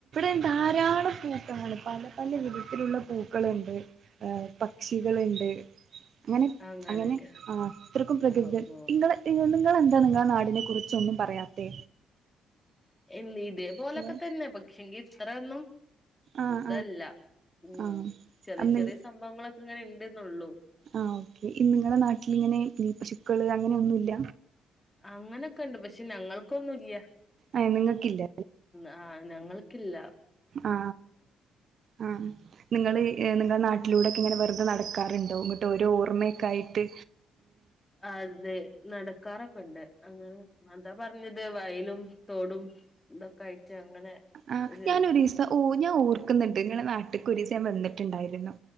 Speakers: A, on the right; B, on the left.
A: ൻ ധാരാളം കൂട്ടങ്ങള് പല പല വിധത്തിലുള്ള പൂക്കളുണ്ട്. എ പക്ഷികള്ണ്ട്. അങ്ങനെ
B: അങ്ങനൊക്കെ
A: അങ്ങനെ അത്രയ്ക്കും പ്രകൃതി
B: ഓ ഓ
A: ങ്ങള് ഇങ്ങളെന്താണ് ഇങ്ങളെ നാടിനെ കുറിച്ചൊന്നും പറയാത്തെ?
B: എ ഇതേപോലൊക്കെ
A: അല്ലെ
B: തന്നെ പക്ഷെങ്കി ഇത്രൊന്നും
A: ആഹ്
B: ഇതല്ല. ഉം
A: ആഹ്
B: ചെറിയ
A: ആഹ്
B: ചെറിയ സംഭവങ്ങളൊക്കെ ഇങ്ങനെ ഇണ്ട്ന്നൊള്ളു.
A: ആ ഓക്കെ ഇങ്ങളെ നാട്ടിലിങ്ങനെ പശുക്കള് അങ്ങനൊന്നുല്ല?
B: അങ്ങനൊക്കെ ണ്ട് പക്ഷെ ഞങ്ങൾക്കൊന്നുല്ല
A: ഏഹ് നിങ്ങക്കില്ല
B: ആ ഞങ്ങൾ ക്കില്ല.
A: ആ ആ നിങ്ങള് ഏ മ്മുടെ നാട്ടിലൂടെ ക്കിങ്ങനെ വെറുതെ നടക്കാറുണ്ടോ ഇങ്ങട്ട് ഒര് ഓർമ്മക്കായിട്ട്.
B: അതെ നടക്കാറൊക്കുണ്ട് അങ്ങനെ അതാ പറഞ്ഞത് വയൽ ലും തോടും ഇതൊക്കായിറ്റ് അങ്ങനെ
A: ആ്
B: ഒരു
A: ഞാനൊരീസസം ഒ ഞാൻ ഓർക്ക്ന്ന്ണ്ട് ഇങ്ങളെ നാട്ട്ക്കൊരീസം ഞാൻ വന്നിട്ടുണ്ടായിരുന്നു.